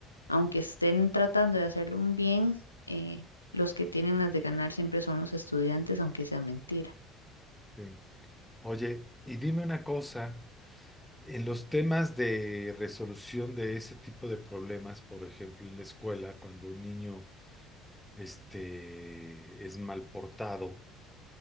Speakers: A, on the left; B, in the centre.
A: aunque estén tratando de hacer un bien, eh, los que tienen las de ganar siempre son los estudiantes, aunque sea mentira.
B: sí. Oye, y dime una cosa, en los temas de resolución de ese tipo de problemas, por ejemplo, en la escuela, cuando un niño este, es mal portado,